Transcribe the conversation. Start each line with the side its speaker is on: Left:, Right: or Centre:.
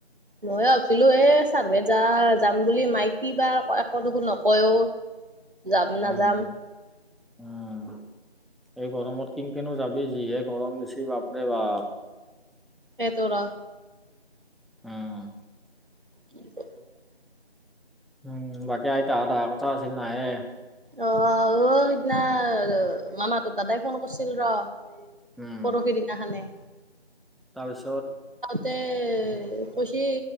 Right: ময়ো ভাবিছিলো এহ চাৰভেট যা যাম বুলি মায়ে কিবা একো দেখোন নকয়। যাম নাযাম
Centre: উম উম এই গৰমত কিনকে নো যাবি যিহে গৰম দিচি বাপৰে বাপ
Right: তাকেটো ৰহ
Centre: উম
Right: <inaudible>
Centre: উম বাকী আইতাহত অহা কথা আছিল নাহে?
Right: অ', -অ', সিদিনা মামাহতৰ দাদাই ফোন কৰিছিল ৰ হয়
Centre: উম
Right: পৰহি দিনাখানে
Centre: তাৰপিছত
Right: তে কৈছি